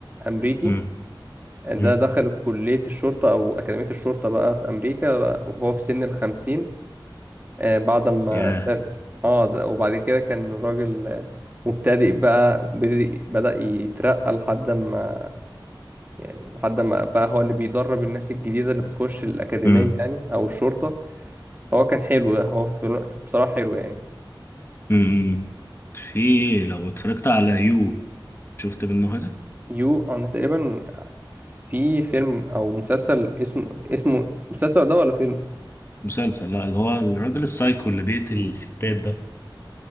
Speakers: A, on the right; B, on the left.
A: أمريكي
B: امم
A: ده
B: امم
A: دخل كلية الشرطة أو أكاديمية الشرطة بقى في أمريكا وهو في سن الخمسين آه، بعد ما
B: ياه
A: ساب اه ده وبعد كده كان الراجل آه، مبتدئ بقى وبدأ- بدأ يترقى لحد ما يعني لحد ما بقى هو اللي بيدرب الناس الجديدة اللي بتخش الأكاديمية
B: امم
A: يعني أو الشرطة فهو كان حلو هو في في- بصراحة حلو يعني
B: امم في لو اتفرجت على يو شفت منه حاجة
A: يو أنا تقريبا في فيلم أو مسلسل اسمه اسمه مسلسل ده ولا فيلم؟
B: مسلسل لا اللي هو الراجل السايكو اللي بيقتل الستات ده